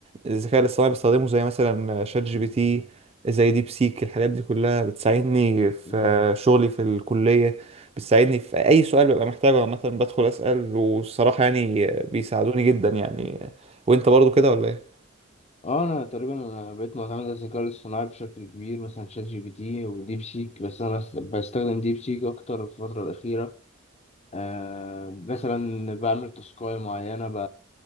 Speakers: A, on the right; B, on the left.
A: الذكاء الاصطناعي بستخدمه زي مثلا شات جي بي تي زي ديب سيك الحاجات دي كلها بتساعدني في
B: مم.
A: شغلي في الكلية بتساعدني في أي سؤال ببقى محتاجه عامة بدخل أسأل والصراحة يعني بيساعدوني جدا يعني وأنت برضو كده ولا إيه؟
B: اه انا تقريبا انا بقيت معتمد على الذكاء الاصطناعي بشكل كبير مثلا شات جي بي تي وديب سيك بس انا بس- بستخدم ديب سيك اكتر في الفتره الاخيره آه مثلا بعمل تاسكاية معينة ب...